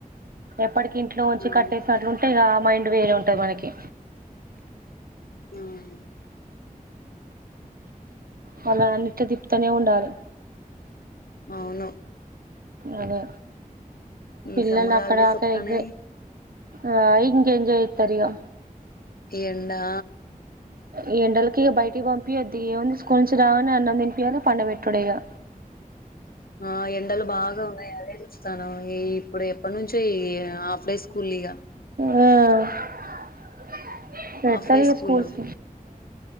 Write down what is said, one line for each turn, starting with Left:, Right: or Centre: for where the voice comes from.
Right: ఎప్పుటిక్ కి ఇంట్లో ఉంచి
Left: అవును
Right: కట్టేసినట్లూ తే ఇగా ఆ మైండ్ వేరే ఉంటది. మనకి
Left: ఆహ్
Right: వాళ్ళన్ అని తిప్ తనే ఉండాలే
Left: అవును
Right: అదే పిల్లలు
Left: ఈ సమ్మర్
Right: అక్కడ
Left: హాలిడేస్
Right: దాకా
Left: వత్తన్నాయి
Right: ఏగ్రే ఆ ఇంగ్ ఎంజాయతరిగా
Left: ఏండా
Right: ఈ ఎండలకి ఇక బయటికి పంపియ్ద్ది ఏముంది. స్కూల్ నుంచి రంగానే అన్నం తినిపోయాల పండబేట్టుడే ఇగా
Left: ఆ ఎండలు బాగా ఉన్నాయి. అదే చూస్తానం ఈ ఇప్పుడు ఎప్పటి నుంచో ఈ హాఫ్ డేస్ స్కులిగా
Right: ఆ పెడతారు
Left: ఆఫ్డే
Right: ఇక
Left: స్కూలు
Right: స్కూల్స్